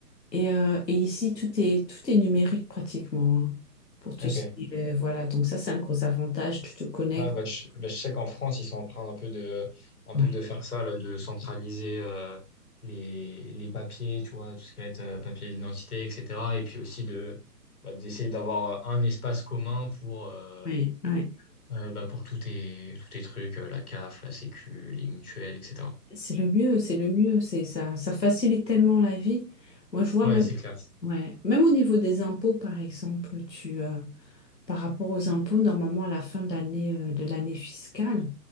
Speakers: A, on the left; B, on the left.
A: Et, euh, et ici, tout est, tout est numérique pratiquement, hein, pour tout
B: Ok.
A: ce qui est, voilà. Donc ça, c'est un gros avantage. Tu te connectes.
B: Ouais, bah, je, bah, je sais qu'en France, ils sont en train un peu de, un
A: Ouais.
B: peu de faire ça, là, de centraliser euh, les, les papiers, tu vois, tout ce qui va être euh, papier d'identité, etc. Et puis aussi de, bah, d'essayer d'avoir un espace commun pour, euh,
A: Ouais. Ouais.
B: Euh, bah pour tous tes, tous tes trucs, euh, la CAF, la Sécu, les mutuelles, etc.
A: C'est le mieux, c'est le mieux, c'est ça, ça facilite tellement la vie. Moi, je vois
B: Ouais,
A: même,
B: c'est clair.
A: ouais, même au niveau des impôts, par exemple, tu, euh, par rapport aux impôts, normalement à la fin de l'année, euh, de l'année fiscale,